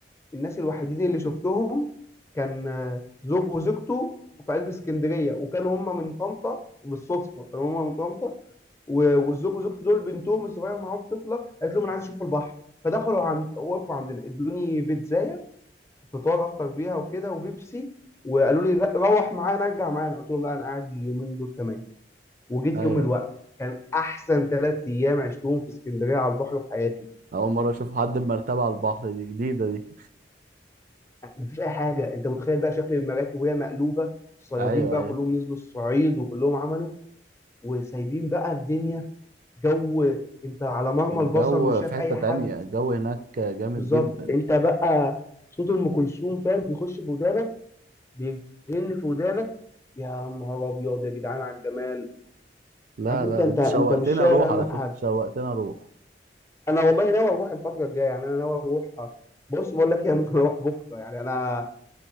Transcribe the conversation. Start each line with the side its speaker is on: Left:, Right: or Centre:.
Left: الناس الوحيدين اللي شفتهم كان آه، زوج وزوجته في قلب اسكندريه وكانوا هم من طنطا بالصدفه كانوا هم من طنطا و- والزوج وزوجته دول بنتهم الصغيره معاهم طفله قالت لهم انا عايز اشوف البحر فدخلوا عند وقفوا عندنا ادوني بيتزايه فطار افطر بيها وكده وبيبسي وقالوا لي روح معانا ارجع معانا قلت لهم لا انا قاعد اليومين دول كمان وجيت
Right: ايوه
Left: يوم الوقفه كان احسن ثلاث ايام عشتهم في اسكندريه على البحر في حياتي
Right: اول مرة اشوف حد بمرتبة على البحر دي جديدة دي
Left: مفيش اي حاجه انت متخيل بقى شكل المراكب وهي مقلوبه الصيادين
Right: ايوه
Left: بقى
Right: ايوه
Left: كلهم نزلوا الصعيد وكلهم عملوا وسايبين بقى الدنيا جو انت على مرمى
Right: الجو
Left: البصر مش شايف
Right: في حتة
Left: اي
Right: تانية
Left: حد
Right: الجو هناك جامد
Left: بالظبط
Right: جدا
Left: انت بقى صوت ام كلثوم فاهم بيخش في ودانك بيرن في ودانك يا نهار ابيض يا جدعان على الجمال
Right: لا
Left: عارف انت
Right: لا
Left: انت
Right: ده انت
Left: انت
Right: شوقتني
Left: مش شايل
Right: اروح
Left: هم
Right: على
Left: حاجه
Right: فكرة شوقتني اروح
Left: انا والله ناوي اروح الفتره الجايه يعني انا ناوي اروح بص بقول لك ايه <laughs> ممكن اروح بكره يعني انا